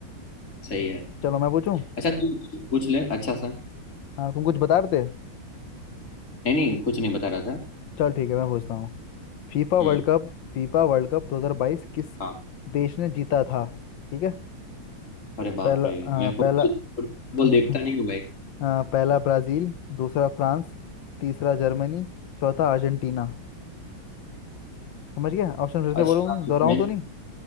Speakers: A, on the left (about 35°); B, on the left (about 70°).
A: सही है
B: चलो मैं पूछूं
A: अच्छा तू पूछ ले अच्छा सा
B: हाँ तुम कुछ बता रहे थे
A: नहीं नहीं कुछ नहीं बता रहा था
B: चल ठीक है मैं पूछता हूँ FIFA world
A: हम्म
B: cup FIFA world cup 2022 किस
A: हाँ
B: देश ने जीता था ठीक है
A: अरे बाप
B: पहला
A: रे
B: अ,
A: मैं फुटबॉल
B: पहला
A: फुटबॉल
B: <laughs>
A: देखता
B: अ,
A: नहीं हूँ भाई
B: पहला ब्राज़ील दूसरा फ्रांस तीसरा जर्मनी चौथा अर्जेंटीना समझ गया ऑप्शन फिर से
A: अच्छा
B: बोलूँ दोहराऊँ
A: मैंने
B: तो नहीं